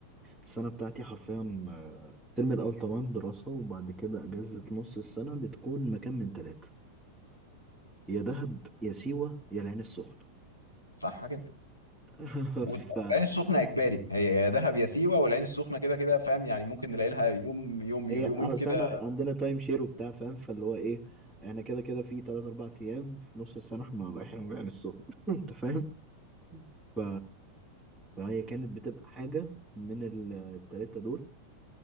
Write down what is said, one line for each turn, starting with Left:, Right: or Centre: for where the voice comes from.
Centre: السنة بتاعتي حرفيا آه، الترم الأول طبعا دراسة وبعد كده أجازة نص السنة بتكون مكان من ثلاثة يا دهب يا سيوة يا العين السخنة
Left: صح كده
Centre: <laughs>
Left: والعين
Centre: فهي
Left: السخنه اجباري هي يا دهب يا سيوه والعين السخنه كده كده فاهم يعني ممكن نلاقي لها يوم يوم يومين
Centre: أصل
Left: كده
Centre: احنا عندنا تايم شير وبتاع فاهم فاللي هو إيه احنا كده كده في تلات أربع أيام في نص السنة احنا رايحين العين السخنة <laughs> أنت فاهم؟ ف... فهي كانت بتبقى حاجة من ال- التلاتة دول